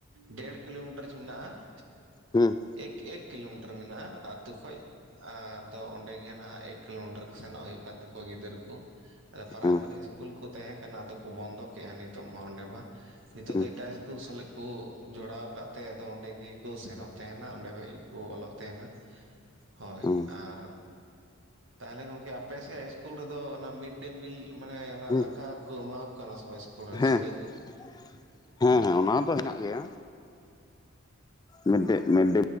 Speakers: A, on the right; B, on the left.
A: ᱰᱮᱲ ᱠᱤᱞᱳᱢᱤᱴᱟᱨ ᱢᱮᱱᱟᱜᱼᱟ ᱾
B: ᱦᱩᱸ
A: ᱮᱠ ᱮᱠ ᱠᱤᱞᱳᱢᱤᱴᱟᱨ ᱢᱮᱱᱟᱜᱼᱟ ᱟᱹᱛᱩ ᱠᱷᱚᱡ ᱾ ᱟᱨᱫᱚ ᱚᱸᱰᱮ ᱜᱮ ᱱᱟᱦᱟᱜ ᱮᱠ ᱠᱤᱞᱳᱢᱤᱴᱟᱨ ᱠᱚ ᱥᱮᱱᱚᱜ ᱦᱩᱭᱩᱜ ᱠᱟᱱ ᱛᱟᱠᱚᱣᱟ ᱜᱤᱫᱽᱟᱹᱨᱟᱹ ᱠᱚ ᱾ ᱟᱫᱚ ᱯᱨᱟᱭᱢᱟᱨᱤ
B: ᱦᱩᱸ
A: ᱤᱥᱠᱩᱞ ᱠᱚ ᱛᱟᱦᱮᱸ ᱠᱟᱱᱟ ᱟᱫᱚ ᱠᱚ ᱵᱚᱱᱫᱚ ᱠᱮᱜᱼᱟ ᱱᱤᱛᱚᱜ ᱢᱟ ᱚᱸᱰᱮ ᱢᱟ ᱾ ᱱᱤᱛᱚᱜ
B: ᱦᱩᱸ
A: ᱫᱚ ᱮᱴᱟ ᱤᱥᱠᱩᱞ ᱥᱮᱞᱮᱫ ᱾ ᱠᱚ ᱡᱚᱲᱟᱣ ᱟᱠᱟᱫ ᱛᱮ ᱟᱫᱚ ᱚᱸᱰᱮ ᱜᱮ ᱠᱚ ᱥᱮᱱᱚᱜ ᱛᱟᱦᱮᱱᱟ ᱚᱸᱰᱮ ᱠᱷᱚᱡ ᱜᱮ ᱠᱚ ᱚᱞᱚᱜ ᱛᱟᱦᱮᱱᱟ ᱾
B: <inaudible>
A: ᱦᱳᱭ
B: ᱦᱩᱸ
A: ᱟᱨ ᱛᱟᱦᱚᱞᱮ ᱜᱚᱝᱠᱮ ᱟᱯᱮ ᱥᱮᱜ ᱤᱥᱠᱩᱞ ᱨᱮᱫᱚ ᱚᱱᱟ ᱢᱤᱰ ᱰᱮ ᱢᱤᱞ ᱢᱟᱱᱮ ᱚᱱᱟ
B: ᱦᱩᱸ
A: ᱫᱟᱠᱟ ᱠᱚ ᱮᱢᱟ ᱠᱚ ᱠᱟᱱᱟ ᱥᱮ ᱵᱟᱝ? ᱨᱮ
B: ᱦᱮᱸ
A: ᱥᱩᱲᱟᱹ ᱠᱚ
B: ᱾ ᱦᱮᱸ ᱦᱮᱸ ᱚᱱᱟ ᱫᱚ ᱦᱮᱱᱟᱜ ᱜᱮᱭᱟ ᱢᱤᱰ ᱰᱮ ᱢᱤᱰ